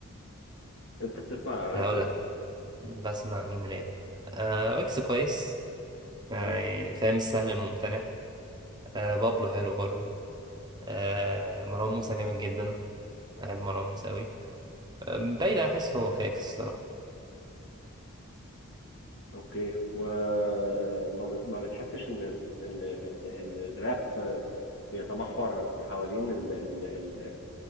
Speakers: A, on the left; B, on the right.
A: انت بتسمع
B: <laughs>
A: راب
B: هقول لك بسمع مين راب آه ويكس كويس آه،
A: مم.
B: يعني فاهم السهل الممتنع آه بابلو حلو برضه آه مروان موسى جامد جدا بحب مروان موسى أوي أم، بايدة أحس هو فاكس الصراحة
A: اوكي وما ب... ما بتحسش ان ان ان, إن الراب آه، بيتمحور حوالين ال... ال... ال...